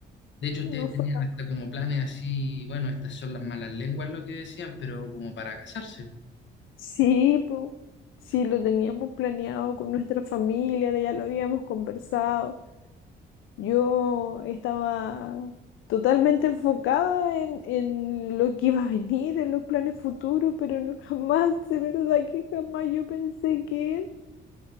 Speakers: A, on the left; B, on the left.
A: de hecho
B: no
A: ustedes
B: fue
A: tenían
B: capaz.
A: hasta como planes así, bueno, estas son las malas lenguas lo que decían, pero como para casarse.
B: Sí, po. Sí, lo teníamos planeado con nuestra familia, ya lo habíamos conversado. Yo estaba totalmente enfocada en, en lo que iba a venir, en los planes futuros, pero no <laughs> jamás, de verdad que jamás yo pensé que él